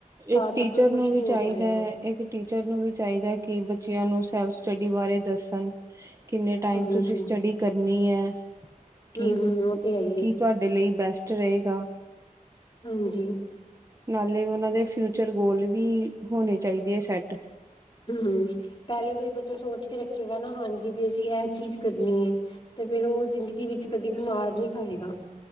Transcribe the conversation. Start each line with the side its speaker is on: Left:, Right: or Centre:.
Left: ਤਾਂ
Right: ਇੱਕ ਟੀਚਰ
Left: ਤੱਕ ਕੁਛ
Right: ਨੂੰ ਵੀ
Left: ਨੀ ਹੋ
Right: ਚਾਹੀਦਾ
Left: ਪਾਏਗਾ
Right: ਇੱਕ ਟੀਚਰ ਨੂੰ ਵੀ ਚਾਹੀਦਾ ਕਿ ਬੱਚਿਆਂ ਨੂੰ ਸੈਲਫ ਸਟੱਡੀ ਬਾਰੇ ਦੱਸਣ ਕਿੰਨੇ ਟਾਈਮ
Left: ਹਾਂਜੀ
Right: ਤੁਸੀਂ ਸਟੱਡੀ ਕਰਨੀ ਐ। ਕੀ
Left: ਹੂੰ-ਹੂੰ ਉਹ ਤੇ ਹੈ ਹੀ
Right: ਕੀ
Left: ਏ
Right: ਤੁਹਾਡੇ ਲਈ ਬੈਸਟ ਰਹੇਗਾ।
Left: ਹਾਂਜੀ।
Right: ਨਾਲੇ ਉਹਨਾਂ ਦੇ ਫਿਊਚਰ ਗੋਲ ਵੀ ਹੋਣੇ ਚਾਹੀਦੇ ਆ ਸੈਟ।
Left: ਹੂੰ, ਪਹਿਲੇ ਤੋਂ ਹੀ ਬੱਚਾ ਸੋਚ ਕੇ ਰੱਖੇਗਾ ਨਾ ਹਾਂਜੀ ਵੀ ਅਸੀਂ ਐਹ ਚੀਜ਼ ਕਰਨੀ ਐ। ਤੇ ਫੇਰ ਉਹ ਜ਼ਿੰਦਗੀ ਵਿੱਚ ਕਦੀ ਵੀ ਮਾਰ ਨੀ ਖਾਏਗਾ।